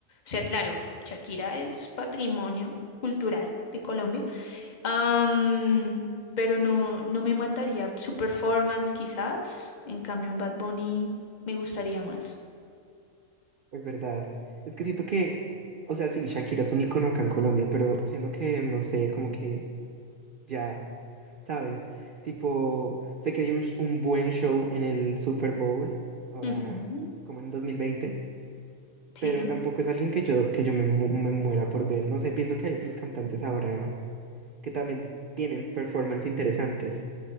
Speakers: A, on the left; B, on the right.
A: sea, claro, Shakira es patrimonio cultural de Colombia Am, pero no, no me mataría. Su performance quizás, en cambio en Bad Bunny me gustaría más.
B: Es verdad. Es que siento que, o sea, sí, Shakira es un icono acá en Colombia, pero siento que, no sé, como que ya, ¿sabes? Tipo, sé que dio un, sh- un buen show en el Super Bowl, ahora
A: Ujú,
B: como en dos mil veinte
A: Sí,
B: pero tampoco es alguien que yo, que yo me, mu- me muera por ver. No sé, pienso que hay otros cantantes ahora que también tienen performance interesantes.